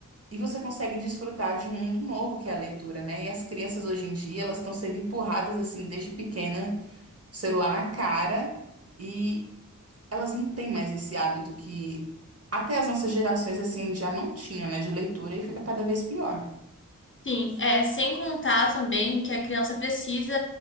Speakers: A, on the right (about 45°); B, on the left (about 40°).
A: E você consegue desfrutar de um mundo novo que é a leitura, né? E as crianças hoje em dia, elas estão sendo empurradas, assim, desde pequena, celular na cara. E elas não têm mais esse hábito que até as nossas gerações assim já não tinham, né, de leitura e fica cada vez pior.
B: Sim, é, sem contar também que a criança precisa